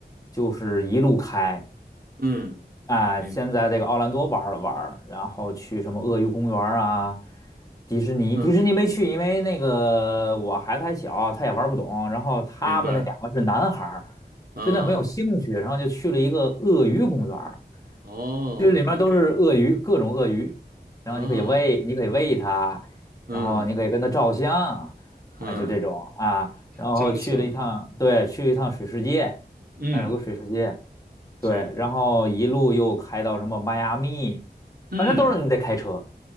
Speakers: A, on the left; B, on the right.
A: 就是一路开。
B: 嗯，
A: 啊，
B: 明白，
A: 先在这个奥兰多玩了玩然后去什么鳄鱼公园啊，迪士尼，
B: 嗯，
A: 迪士尼没去，因为那个我孩子还小，他也玩不懂。然后他们那两个是男孩儿，
B: 明白，啊，
A: 对那没有兴趣，然后就去了一个鳄鱼公园儿
B: 哦，OK，
A: 这里面都是鳄鱼，各种鳄鱼，然后你可以喂，
B: 啊，
A: 你可以喂它，
B: 嗯
A: 然后你可以跟它照相，啊，
B: 嗯，
A: 就这种啊。然后去了一趟，
B: 真不错，
A: 对，去了一趟水世界，
B: 嗯，
A: 那有个水世界。对，
B: 是，
A: 然后一路又开到什么迈阿密，
B: 嗯
A: 反正都是你得开车。